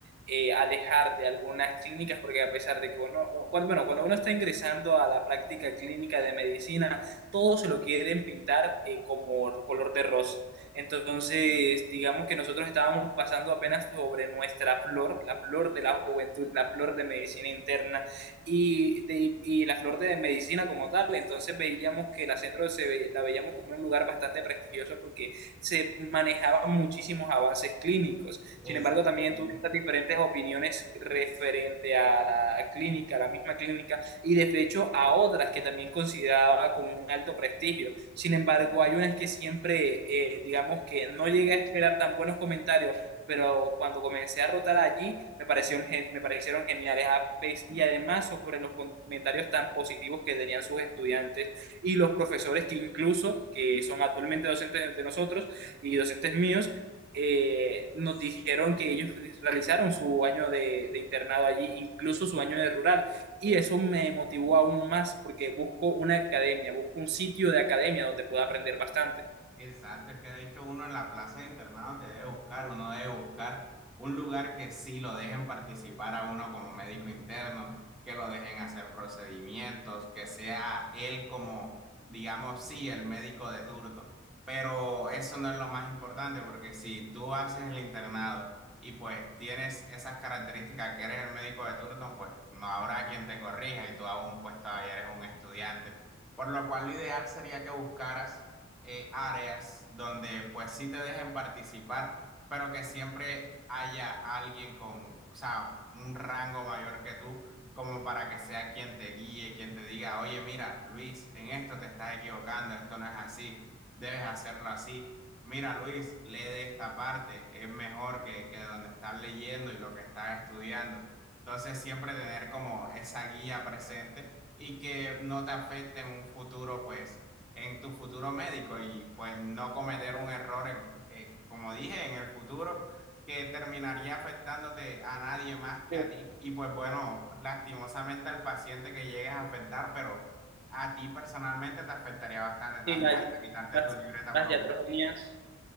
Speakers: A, on the right (about 50°); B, in the centre.
A: eh, alejar de algunas clínicas, porque a pesar de que uno, u- cuando, bueno, cuando uno está ingresando a la práctica clínica de medicina, todos se lo quieren pintar eh, como color de rosa. Entonces, digamos que nosotros estábamos pasando apenas sobre nuestra flor, la flor de la juventud, la flor de medicina interna y, de- y la flor de medicina como tal. Entonces veíamos que la centro se ve- la veíamos como un lugar bastante prestigioso porque se manejaban muchísimos avances clínicos. Sin
B: Exactamente.
A: embargo, también tuve estas diferentes opiniones referente a la clínica, a la misma clínica, y de hecho a otras que también consideraba con un alto prestigio. Sin embargo, hay unas que siempre, eh, digamos que no llegué a esperar tan buenos comentarios, pero cuando comencé a rotar allí me parecieron, gen- me parecieron geniales A pe- y además sobre los comentarios tan positivos que tenían sus estudiantes y los profesores que incluso, que son actualmente docentes de nosotros, y docentes míos eh, nos dijeron que ellos realizaron su año de, de, internado allí, incluso su año de rural, y eso me motivó aún más porque busco una academia, busco un sitio de academia donde pueda aprender bastante.
B: Exacto, es que de hecho uno en la plaza de internado que debe buscar, uno debe buscar un lugar que sí lo dejen participar a uno como médico interno, que lo dejen hacer procedimientos, que sea él como, digamos, sí, el médico de turno. Pero eso no es lo más importante, porque si tú haces el internado y pues tienes esas características que eres el médico de turno, pues no habrá quien te corrija y tú aún pues todavía eres un estudiante. Por lo cual lo ideal sería que buscaras eh, áreas donde pues sí te dejen participar, pero que siempre haya alguien con, o sea, un rango mayor que tú, como para que sea quien te guíe, quien te diga, oye, mira, Luis, en esto te estás equivocando, esto no es así, debes hacerlo así. Mira, Luis, lee de esta parte, es mejor que, que donde estás leyendo y lo que estás estudiando. Entonces, siempre tener como esa guía presente y que no te afecte en un futuro, pues en tu futuro médico y pues no cometer un error en, eh, como dije, en el futuro que terminaría afectándote a nadie más que
A: Sí,
B: a ti y pues bueno, lastimosamente al paciente que llegues a afectar, pero a ti personalmente te afectaría bastante también,
A: sí, la-
B: hasta quitarte
A: las,
B: tu libreta
A: las
B: por ojo.
A: iatrogenias